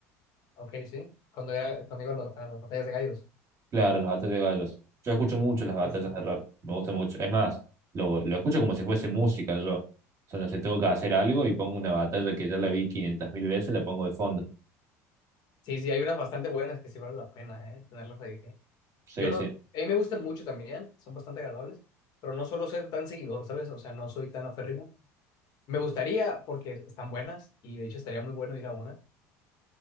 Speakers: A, on the left; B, on the right.
A: ok, sí. Cuando, era, cuando iba a, los- a las batallas de gallos.
B: Claro, las batallas de gallos. Yo escucho mucho las batallas
A: Sí, sí,
B: de rap, me gusta mucho. Es más, lo, lo escucho como si fuese música yo. O sea, no sé, tengo que hacer algo y pongo una batalla que ya la vi 500 mil veces, la pongo de fondo.
A: sí, sí, hay unas bastante buenas que sí vale la pena, ¿eh? Tenerlas ahí. ¿eh?
B: Sí,
A: Yo lo...
B: sí.
A: A mí me gustan mucho también, son bastante agradables, pero no suelo ser tan seguidor, ¿sabes? O sea, no soy tan aférrimo. Me gustaría porque están buenas y de hecho estaría muy bueno ir a una,